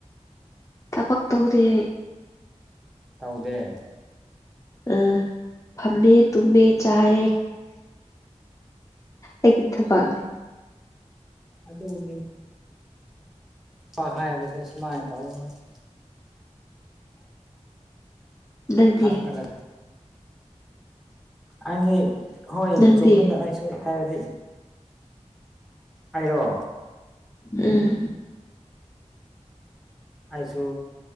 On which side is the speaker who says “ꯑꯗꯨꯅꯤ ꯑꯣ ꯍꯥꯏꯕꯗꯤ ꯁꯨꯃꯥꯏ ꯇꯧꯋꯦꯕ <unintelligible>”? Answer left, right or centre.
Centre